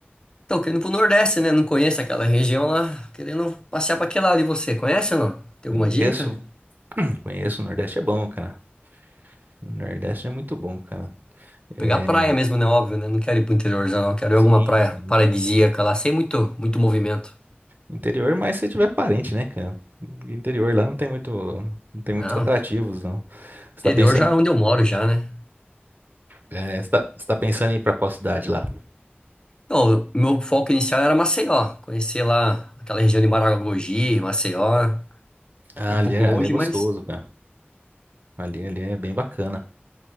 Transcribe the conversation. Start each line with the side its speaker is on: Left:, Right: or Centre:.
Left: Tô querendo ir pro Nordeste, né? Não conheço aquela região lá. Querendo passear pra aquele lado. E você, conhece ou não? Tem alguma
Right: Conheço,
Left: dica?
Right: <clears throat> conheço, o Nordeste é bom, cara. O Nordeste é muito bom, cara.
Left: Pegar
Right: É,
Left: praia mesmo, né? Óbvio, né? Não quero ir pro interior já, não. Quero
Right: sim,
Left: ir alguma praia
Right: sim.
Left: paradisíaca lá, sem muito, muito movimento.
Right: Interior, mas se tiver parente, né, cara? Interior lá não tem muito, não tem muitos
Left: Não,
Right: atrativos, não. Você tá
Left: interior
Right: pensando,
Left: já é onde eu moro já, né?
Right: é, você tá, você tá pensando em ir pra qual cidade lá?
Left: Não, o meu foco inicial era Maceió. Conhecer lá aquela região de Maragogi, Maceió.
Right: Ah,
Left: É Um
Right: ali
Left: pouco
Right: é,
Left: longe,
Right: ali é gostoso,
Left: mas
Right: cara. Ali, ali é bem bacana.